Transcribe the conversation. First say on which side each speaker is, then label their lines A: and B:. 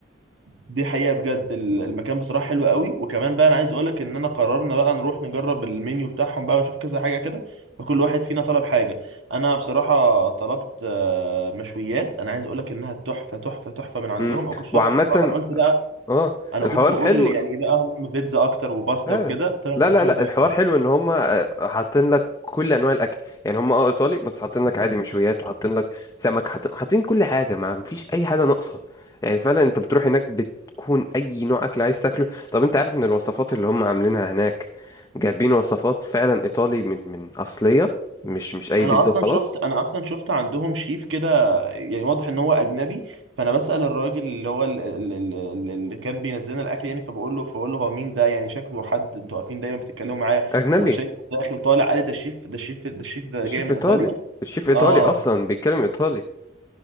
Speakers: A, on the right; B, on the left.
A: دي حقيقة بجد ال- المكان بصراحة حلو قوي وكمان بقى انا عايز اقولك ان انا قررنا بقى نروح نجرب المنيو بتاعهم بقى ونشوف كذا حاجة كده فكل واحد فينا طلب حاجة انا بصراحة طلبت آه، مشويات انا عايز اقولك انها تحفة تحفة تحفة من عندهم
B: امم
A: انا كنتش
B: وعامة
A: اتوقع بصراحة انا قلت بقى
B: اه
A: انا
B: الحوار
A: كنت بقول
B: حلو
A: يعني ايه بقى هم بيتزا اكتر وباستا
B: فعلا
A: وكده طلعت
B: لا
A: مشوية
B: لا لا
A: تحفة
B: الحوار حلو ان هم آه، حاطين لك كل انواع الاكل يعني هم اه ايطالي بس حاطين لك عادي مشويات وحاطين لك سمك حاطين حاطين كل حاجه ما مفيش اي حاجه ناقصه يعني فعلا انت بتروح هناك بتكون اي نوع اكل عايز تاكله طب انت عارف ان الوصفات اللي هم عاملينها هناك جايبين وصفات فعلا ايطالي من من اصليه مش مش اي
A: انا
B: بيتزا
A: اصلا
B: وخلاص
A: شفت انا اصلا شفت عندهم شيف كده يعني واضح ان هو اجنبي فانا بسأل الراجل اللي هو ال- ال- ال- ال- اللي كان بينزل لنا الاكل يعني فبقول له فبقول له هو مين ده يعني شكله حد انتوا واقفين دايما بتتكلموا معاه
B: اجنبي
A: وشايف داخل طالع قال لي ده الشيف ده الشيف ده الشيف ده
B: الشيف
A: جاي من
B: ايطالي
A: ايطاليا
B: الشيف ايطالي
A: اه
B: اصلا بيتكلم ايطالي